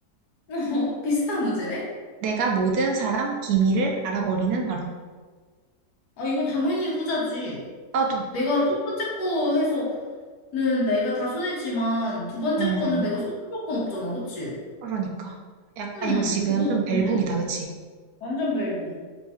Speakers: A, on the left (about 80°); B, on the right (about 75°).
A: <laughs> 비슷한 문제네?
B: 내가 모든 사람 비밀을 알아버리는 하루.
A: 아, 이건 당연히 후자지.
B: 나도.
A: 내가 첫 번째 거 해서는 내가 다 손해지만 두 번째
B: 음,
A: 거는 내가 손해볼 건 없잖아, 그치?
B: 그러니까. 약간
A: 응,
B: 이거 지금
A: 너도
B: 좀 벨붕이다,
A: 돈 쓰지.
B: 그치?
A: 완전 벨붕.